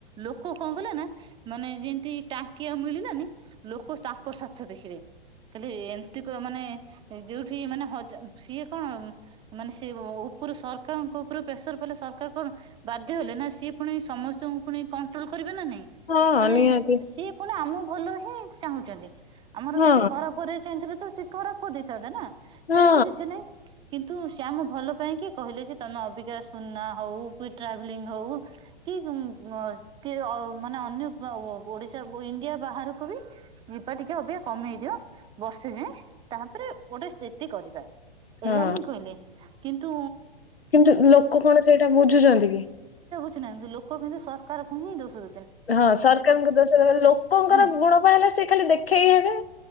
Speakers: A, on the right; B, on the left.
A: ଲୋକ କଣ କଲେ ନା ମାନେ ଯେମତି ଟାଙ୍କି ଆଉ ମିଳିଲାନି ଲୋକ ତାଙ୍କ ସ୍ୱାର୍ଥ ଦେଖିଲେ କହିଲେ ଏମିତି କ ମାନେ ଯୋଉଁଠି ମାନେ ହ ସିଏ କଣ ମାନେ ସି ଉପରୁ ସରକାରଙ୍କ ଉପରେ ପ୍ରେସର ପଇଲେ ସରକାର କଣ ବାଧ୍ୟ ହେଲେ ନା ସିଏ ପୁଣି ସମସ୍ତଙ୍କୁ ପୁଣି କଣ୍ଟ୍ରୋଲ କରିବ। ନାଇଁ ନାଇଁ
B: ହଁ
A: ମାନେ
B: ନିହାତି
A: ସିଏ ପୁଣି ଆମ ଭଲ ହିଁ ଚାହୁଁଛନ୍ତି। ଆମର
B: ହଁ
A: କିଛି ଖରାପ କରିବା ଚାହିଁଥିଲେ ତ ସେ ଖରାପ କରି ଦେଇଥାନ୍ତେ ନାଁ
B: ହଁ
A: ସେମିତି କିଛି ନାଇଁ। କିନ୍ତୁ ସେ ଆମ ଭଲ ପାଇଁ କି କହିଲେ ଯେ ତମେ ଅଧିକ ସୁନା ହଉ କି ଟ୍ରାଭେଲିଙ୍ଗ ହଉ କି କି ମାନେ ଅନ୍ୟ ଓଡ଼ିଶା ଇଣ୍ଡିଆ ବାହାରକୁ ବି ଟିକେ ଅଧିକ କମେଇ ଦିଅ ବ ସେ ଯାଏ ତାପରେ ଗୋଟେ ସ୍ଥିତି କରିବା
B: ହଁ
A: ଏଇଆ ହିଁ କହିଲେ କିନ୍ତୁ
B: କିନ୍ତୁ ଲୋକ କଣ ସେଇଟା ବୁଝୁଛନ୍ତି କି?
A: କିଛିନାଇଁ ଲୋକ କିନ୍ତୁ ସରକାରଙ୍କୁ ହିଁ ଦୋଷ ଦଉ
B: ହଁ ସରକାରଙ୍କ ଦୋଷ ଲୋକଙ୍କର
A: ହୁଁ
B: ଗୁଣବା ହେଲା ସେ ଖାଲି ଦେଖେଇ ହେବେ।